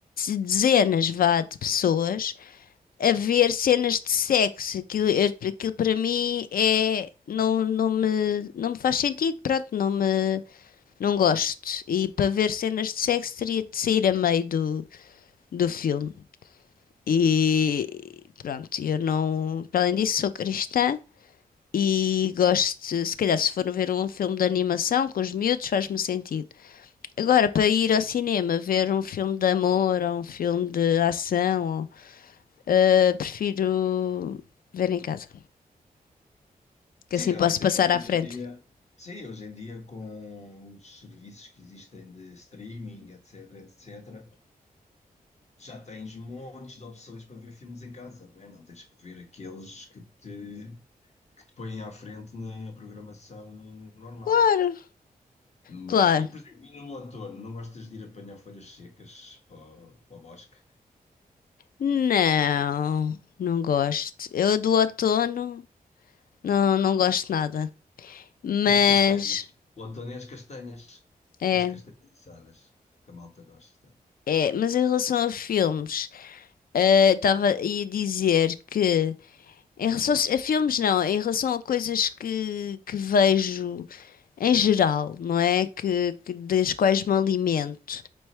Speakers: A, on the left (about 70°); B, on the left (about 45°).
A: dezenas, vá, de pessoas a ver cenas de sexo. Aquilo, eu- aquilo para mim é, não, não me, não me faz sentido, pronto, não me. Não gosto. E para ver cenas de sexo teria de sair a meio do, do filme. E pronto, eu não. Para além disso, sou cristã e gosto. de- Se calhar, se for ver um filme de animação com os miúdos, faz-me sentido. Agora, para ir ao cinema ver um filme de amor ou um filme de ação, ou, ah, prefiro ver em casa, que
B: Sim,
A: assim
B: realmente
A: posso passar
B: as casas
A: à frente.
B: hoje em dia, sim, hoje em dia com os serviços que existem de streaming, etc, etc, já tens montes de opções para ver filmes em casa, não é? Não tens que ver aqueles que te, que te põem à frente na programação normal.
A: Claro,
B: Mas,
A: claro.
B: e por exemplo, e no outono, não gostas de ir apanhar folhas secas para, o para o bosque?
A: Não, não gosto. Eu do outono. Não, não gosto de nada. Mas
B: Das castanhas. O outono é as castanhas.
A: é,
B: As castanhas assadas, que a malta gosta.
A: é. Mas em relação a filmes, eh, estava ia dizer que em relação a filmes não, em relação a coisas que, que vejo em geral, não é? Que, que- das quais me alimento.